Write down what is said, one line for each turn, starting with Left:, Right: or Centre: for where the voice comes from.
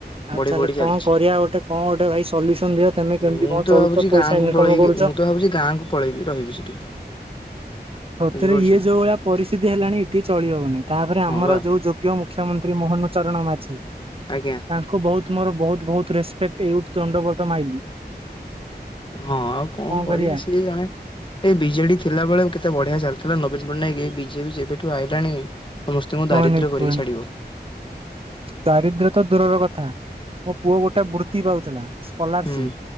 Right: ଆଉ
Left: ବଢ଼ି
Right: ତାହଲେ
Left: ବଢ଼ି
Right: କଣ
Left: ଚାଲିଛି।
Right: କରିବା ଗୋଟେ କଣ ଗୋଟେ ଭାଇ ସଲ୍ୟୁସନ ଦେ ତମେ କେମିତି
Left: ମୁଁ
Right: କଣ
Left: ତ
Right: ଚଳୁଛ
Left: ଭାବୁଛି
Right: ପଇସା
Left: ଗାଁକୁ
Right: ଇନକମ
Left: ପଳେଇକି
Right: କରୁଛ?
Left: ମୁଁ ଭାବୁଛି ଗାଁ କୁ ପଳେଇବି ରହିବି ସେଠି।
Right: ସତରେ
Left: ବୁଝିପାରୁଛ।
Right: ଇଏ ଯୋଉ ଭଳିଆ ପରିସ୍ଥିତି ହେଲାଣି ଏଠି ଚଳି ହବନି ତାପରେ
Left: ହଁ
Right: ଆମର
Left: ବା
Right: ଯୋଉ ଯୋ ଗ୍ୟ ମୁଖ୍ୟମନ୍ତ୍ରୀ ମୋହନ ଚରଣ ମାଝୀ।
Left: ଆଜ୍ଞା।
Right: ତାଙ୍କୁ ବହୁତ ମୋର ବହୁତ ବହୁତ ରେପେକ୍ଟ ଏଇଥୁ ଦଣ୍ଡବତ ମାଇଲିି।
Left: ହଁ ଆଉ କଣ କରିବେ
Right: କରିବା
Left: ସିଏ ଜଣେ ଏ ବିଜେଡ଼ି ଥିଲାବେଳେ କେତେ ବଢ଼ିଆ ଚାଲିଥିଲା ନବୀନ ପଟ୍ଟନାୟକ ଏ ବିଜେପି ଯେବେଠୁ ଆଇଲାଣି ସମସ୍ତଙ୍କୁ
Right: କୁହନି,
Left: ଦାରିଦ୍ର୍ୟ କରିକି
Right: କୁହନି।
Left: ଛାଡିବ
Right: ଦାରିଦ୍ର୍ୟ ତ ଦୂରର କଥା ମୋ ପୁଅ ଗୋଟେ ବୃତ୍ତି ପାଉଥିଲା ସ୍କଲାରସିପ
Left: ହୁଁ